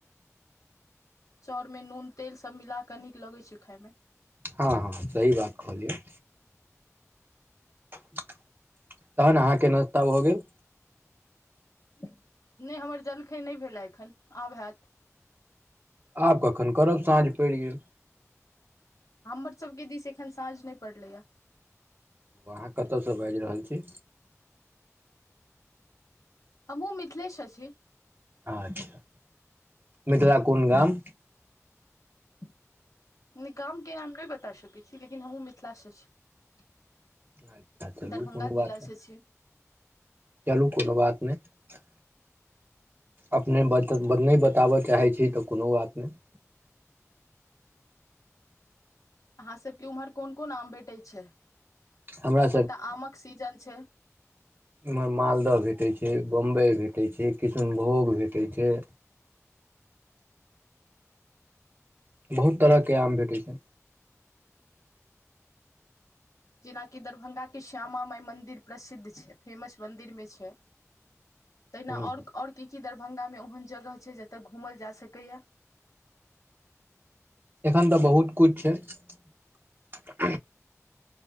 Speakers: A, on the left; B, on the right.
A: चाउरमे नून तेलसभ मिला कऽ नीक लगैत छै खाायमे
B: हँ हँ सही बात कहलियौ तहन अहाँके नाश्ता भऽ गेल
A: नहि हमर जलखै नहि भेलए एखन आब हैत
B: आब कखन करब साँझ पड़ि गेल
A: हमरसभके दिस एखन साँझ नहि पड़लैए
B: अहाँ कतयसँ बाजि रहल छी
A: आ हमू मिथिलेश अछि छी
B: अच्छा मिथिला कोन गाम
A: नहि गामके नाम नहि बता सकै छी लेकिन हमहूँ मिथिलासँ छी
B: अच्छा चलू
A: दरभंगा
B: कोनो
A: जिलासँ
B: बात है
A: छियै
B: चलू कोनो बात नहि अपने बत नहि बताबय चाहै छी तऽ कोनो बात नहि
A: अहाँसभके ओम्हर कोन कोन आम भेटैत छै
B: हमरा
A: एखन तऽ आमक सीजन छै
B: एम्हर मालदह भेटैत छै बम्बइ भेटैत छै किष्नभोग भेटैत छै
A: <inaudible>
B: बहुत तरहके आम भेटैत छै
A: जेनाकि दरभंगाके श्यामा माइ मन्दिर प्रसिद्ध छै फेमस मन्दिरमे छै तहिना
B: हँ
A: आओर की कि दरभङंगामे ओ ओहन जगह छै जतय घूमल जा सकैया
B: एखन तऽ बहुत किछु छै